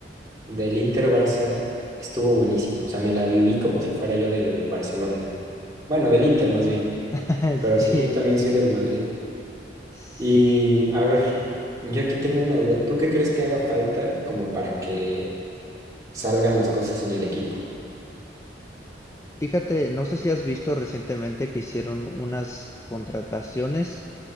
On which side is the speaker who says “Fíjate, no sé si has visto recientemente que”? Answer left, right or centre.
Left